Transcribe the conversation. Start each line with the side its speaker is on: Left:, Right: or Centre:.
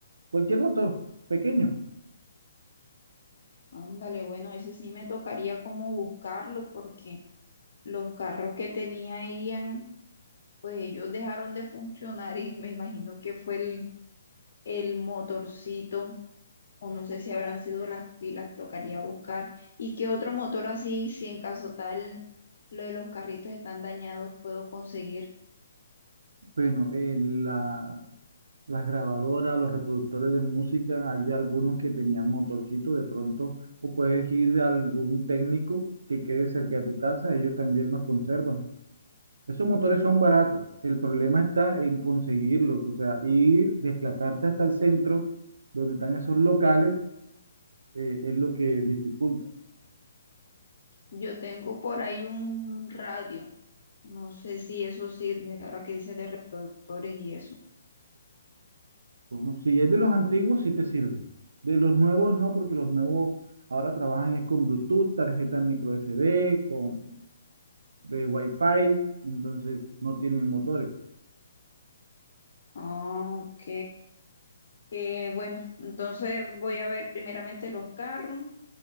Right: cualquier motor pequeño.
Left: ándale, bueno, ese sí me tocaría como buscarlo porque los carros que tenía Ian, pues ellos dejaron de funcionar y me imagino que fue el, el motorcito o no sé si habrán sido las pilas, tocaría buscar. ¿Y qué otro motor así, si en caso tal lo de los carritos están dañados, puedo conseguir?
Right: Bueno, eh, la, las grabadoras, los reproductores de música, hay algunos que tenían motorcito de pronto, o puedes ir a algún técnico que quede cerca de tu casa, ellos también los conservan. Esos motores son baratos. El problema está en conseguirlos, o sea, ir, desplazarte hasta el centro donde están esos locales, eh, es lo que dificulta.
Left: Yo tengo por ahí un radio, no sé si eso sirve ahora que dices de reproductores y eso.
Right: Bueno, si es de los antiguos, sí te sirve. De los nuevos, no, porque los nuevos ahora trabajan es con Bluetooth, tarjeta micro SD, con eh, Wi-Fi, entonces no tienen motores.
Left: Ah, ok. Eh, bueno, entonces voy a ver primeramente los carros